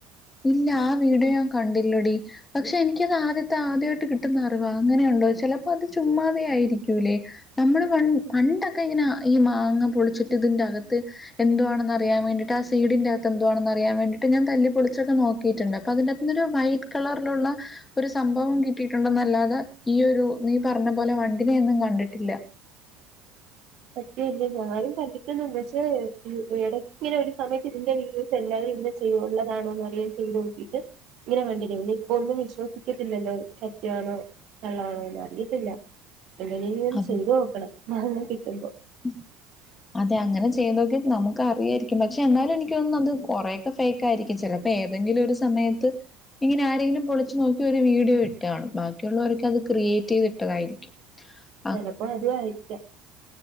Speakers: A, on the left; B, on the right.
A: ഇല്ല ആ വീഡിയോ ഞാൻ കണ്ടില്ലടി പക്ഷെ എനിക്കത് ആദ്യത്തെ ആദ്യയിട്ട് കിട്ടുന്ന അറിവ അങ്ങനെയുണ്ടോ ചെലപ്പോ അത് ചുമ്മാതെ ആയിരിക്കൂല്ലേ നമ്മള് പണ്ട് പണ്ടൊക്കെ ഇങ്ങനെ ഈ മാങ്ങ പൊളിച്ചിട്ട് ഇതിന്റെകത്ത് എന്തോണ്ന്ന് അറിയാൻ വേണ്ടിട്ട് ആ സീഡൻ്റകത്ത് എന്തേവാണെന്ന് അറിയാൻ വേണ്ടിട്ട് ഞാ തലിപ്പൊളിച്ചൊക്കെ നോക്കിയിട്ടണ്ട് അപ്പൊ അതിന്റെകത്ത്ന്ന് ഒരു വൈറ്റ് കളറിലുള്ള ഒരു സംഭവം കിട്ടിയിട്ടുണ്ടെന്നല്ലാതെ ഈ ഒരു നീ പറഞ്ഞ പോലെ വണ്ടിനെയൊന്നും കണ്ടിട്ടില്ല
B: സത്യ അല്ല ഞാനും കണ്ടിട്ട് ഒന്നും ഇല്ല പക്ഷേ എടയ്ക്ക് ഇങ്ങനെ ഒരു സമയത്ത് ഇതിന്റെ വീഡി എല്ലരും ഇന്ന് ചെയ്യു ഉള്ളതാണോ എന്നറിയൻ ചെയ്ത് നോക്കിയിട്ട് ഇങ്ങനെ വേണ്ടില്ല ഇപ്പൊ ഒന്നും വിശ്വസിക്കത്തില്ലല്ലോ സത്യാണോ കള്ളോ ആണോ എന്ന് അറിയത്തില്ല എങ്ങനെയും
A: അത്
B: ചെയ്തു നോക്കണം മാങ്ങ കിട്ടുമ്പോ
A: <inaudible> അതെ അങ്ങനെ ചെയ്തൊക്കെ നമുക്ക് അറിയായിരിക്കും പക്ഷെ എന്നാലും എനിക്കൊന്നും അത് കുറെേൊക്കെ ഫെ ക്ക്‌ ആയിരിക്കും ചെലപ്പൊ ഏതെങ്കിലും ഒരു സമയത്ത് ഇങ്ങനെ ആരെകിലും പോളിച് നോക്കി ഒരു വീഡിയോ ഇട്ട്കണ് ബാക്കിയുള്ളവരേക്കെ അത് ക്രിയേറ്റ്യ്തിട്ടതായിരിക്കും ആ
B: ചെലപ്പോ അതു ആയിരിക്കാം